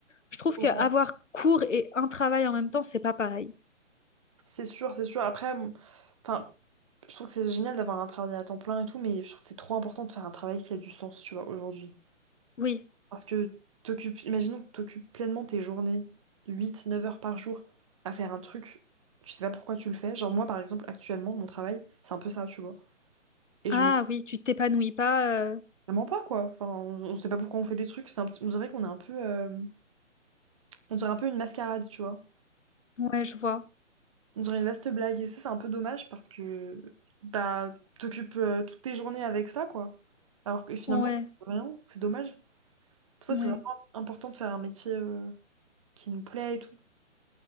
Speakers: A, on the left; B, on the right.
A: je trouve
B: Ouais.
A: qu'avoir cours et un travail en même temps, c'est pas pareil.
B: C'est sûr, c'est sûr. Après, m- enfin, Je trouve que c'est génial d'avoir un travail à temps plein et tout, mais je trouve que c'est trop important de faire un travail qui a du sens, tu vois, aujourd'hui.
A: Oui.
B: Parce que t'occupes, imaginons que t'occupes pleinement tes journées, huit, neuf heures par jour, à faire un truc, tu sais pas pourquoi tu le fais. Genre moi, par exemple, actuellement, mon travail, c'est un peu ça, tu vois. Et
A: Ah
B: je me dis
A: oui, tu t'épanouis pas. euh,
B: vraiment pas, quoi. Enfin, on, on sait pas pourquoi on fait des trucs, c'est un petit- on dirait qu'on est un peu... euh, on dirait un peu une mascarade, tu vois.
A: Ouais, je vois.
B: On dirait une vaste blague, et ça, c'est un peu dommage parce que... Bah, t'occupes euh, toutes tes journées avec ça, quoi. Alors que finalement,
A: Ouais,
B: c'est rien, c'est dommage. Pour ça,
A: ouais.
B: c'est vraiment important de faire un métier euh, qui nous plaît et tout.